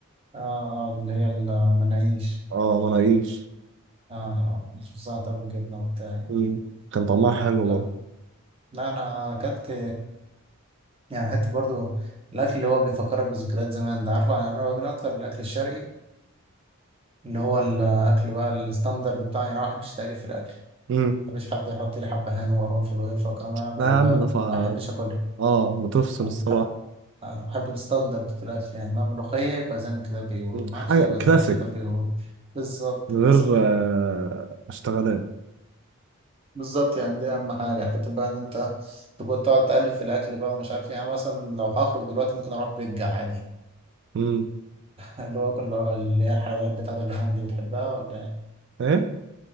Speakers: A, on the right (about 25°); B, on the right (about 55°).
A: آه اللي هي المناقيش
B: اه مناقيش
A: اه آه، مش بس بتاع الجبنه وبتاع
B: مم. كان طعمها حلو
A: لا
B: برضه
A: لا انا اكلت يعني حته برضو الاكل اللي هو بيفكرك بذكريات زمان ده عارفه انا بميل اكتر للاكل الشرقي اللي هو الاكل بقى الستاندرد بتاعي يعني انا ما بحبش تأليف في الاكل
B: مم.
A: ما بحبش حد يحط لي حبه هان وقرنفل وقرفه والكلام ده
B: لا يا
A: بيبقى
B: عم ده
A: ما
B: فا
A: بحبش اكلها
B: اه بتفصل
A: أنا
B: الصراحة
A: بحب أنا بحب الستاندرد في الاكل يعني ما ملوخيه يبقى زي ما كده بيقول
B: مم.
A: محشي
B: حاجة
A: يبقى
B: كلاسيك
A: زي ما كده بيقول بالظبط
B: من
A: كلاسيك
B: غير آه، اشتغالات
A: بالظبط يعني دي اهم حاجه حته بقى ان انت تقعد تقعد تألف في الاكل بقى ومش عارف ايه يعني مثلا لو هخرج دلوقتي ممكن اروح بيتزا عادي
B: مم.
A: اللي هو كل اللي هي الحلويات بتاعت اللحوم دي بتحبها ولا ايه؟
B: ايه